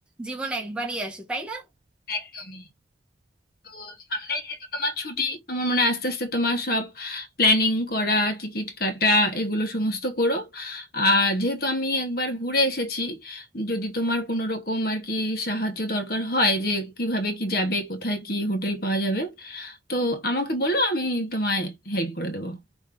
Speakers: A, in the centre; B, on the left.
A: জীবন একবারই আসে তাই না
B: একদমই তো সামনে যেহেতু তোমার ছুটি আমার মনে হয় আস্তে আস্তে তোমার সব প্ল্যানিং করা টিকিট কাটা এগুলো সমস্ত করো আর যেহেতু আমি একবার ঘুরে এসেছি যদি তোমার কোনো রকম আর কি সাহায্য দরকার হয় যে কিভাবে কি যাবে কোথায় কি হোটেল পাওয়া যাবে তো আমাকে বলো আমি তোমায় হেল্প করে দেবো